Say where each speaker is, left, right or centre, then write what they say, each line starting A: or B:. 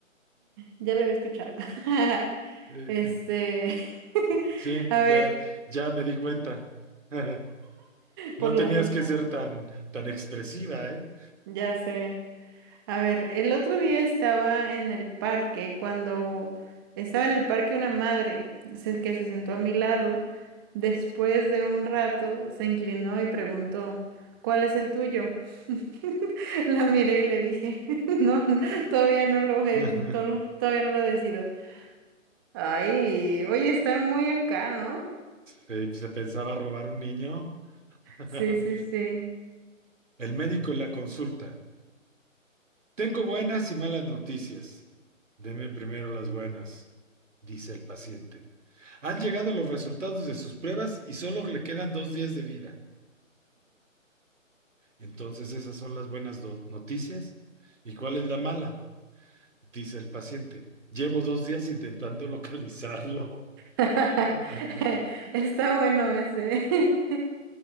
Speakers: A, on the right; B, on the right.
A: Ya lo había escuchado. <laughs>
B: Eh,
A: Este... <laughs>
B: Sí,
A: A
B: ya,
A: ver,
B: ya me di cuenta. <laughs> No
A: por la
B: tenías
A: risa.
B: que ser tan, tan expresiva, ¿eh?
A: Ya sé. A ver, el otro día estaba en el parque, cuando estaba en el parque una madre se- que se sentó a mi lado, después de un rato se inclinó y preguntó, ¿cuál es el tuyo? <laughs> La miré y le dije, <laughs> no, todavía no lo, he-
B: <laughs>
A: to- lo- todavía no lo decido. Ay, oye, está muy acá, ¿no?
B: Sí, se pensaba robar un niño. <laughs>
A: Sí, sí, sí.
B: El médico en la consulta. Tengo buenas y malas noticias. Deme primero las buenas, dice el paciente. Han llegado los resultados de sus pruebas y solo le quedan dos días de vida. Entonces, esas son las buenas do- noticias. ¿Y cuál es la mala? Dice el paciente, llevo dos días intentando localizarlo.
A: <laughs>
B: <laughs>
A: Está bueno ese. <laughs>